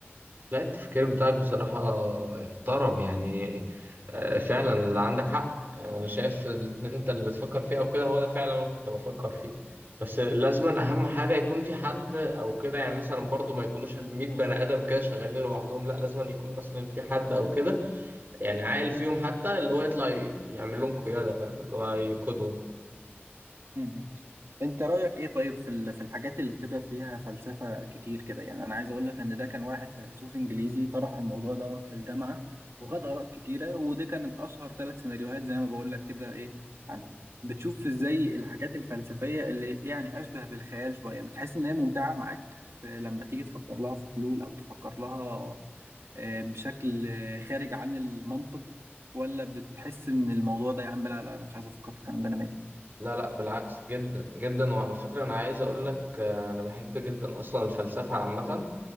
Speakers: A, on the right (about 45°); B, on the right (about 85°).
A: لا التفكير بتاعك بصراحة احترم يعني آه، فعلا اللي عندك حق يعني أنا شايف إن أنت اللي بتفكر فيه أو كده هو ده فعلا اللي أنا كنت بفكر فيه بس لازما أهم حاجة يكون في حد أو كده يعني مثلا برضو ما يكونوش الميت بني آدم كده شغالين لوحدهم لا لازما يكون مثلا في حد أو كده يعني عاقل فيهم حتى اللي هو يطلع ي- يعمل لهم قيادة فاهم اللي هو يقودهم
B: مهم. انت رأيك ايه طيب في ال- في الحاجات اللي بتبقى فيها فلسفة كتير كده يعني انا عايز اقول لك ان ده كان واحد فيلسوف انجليزي طرح الموضوع دوت في الجامعة وخد آراء كتيرة ودي كانت اشهر ثلاث سيناريوهات زي ما بقول لك كده ايه عنهم بتشوف ازاي الحاجات الفلسفية اللي يعني اشبه بالخيال شوية بتحس ان هي ممتعة معاك في لما تيجي تفكر لها في حلول او تفكر لها آه، بشكل آه، خارج عن المنطق ولا بتحس ان الموضوع ده يا عم لا لا لا مش عايز افكر في الكلام ده انا مالي
A: لا لا بالعكس جدا جدا وعلى فكرة أنا عايز أقول لك آه، أنا بحب جدا أصلا الفلسفة عامة